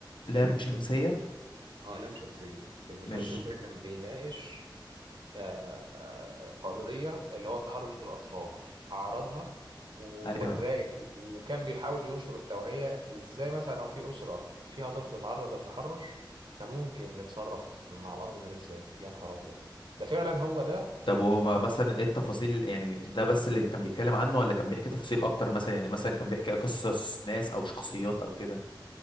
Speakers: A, on the left (about 75°); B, on the right (about 75°).
A: لام
B: يا لهوي
A: شمسيه
B: اه لام شمسية المسلسل
A: مش
B: ده كان بيناقش آه، قضية اللي هو التحرش بالأطفال عرضها ووراك
A: ايوه
B: وكان بيحاول ينشر التوعية ازاي مثلا لو في أسرة فيها طفل اتعرض للتحرش احنا ممكن نتصرف مع الأمر ده ازاي يا نهار أبيض ده فعلا هو ده
A: طب هو ما- مثلا ايه التفاصيل يعني ده بس اللي كان بيتكلم عنه ولا كان بيحكي تفاصيل اكتر مثلا يعني مثلا كان بيحكي قصص ناس او شخصيات او كده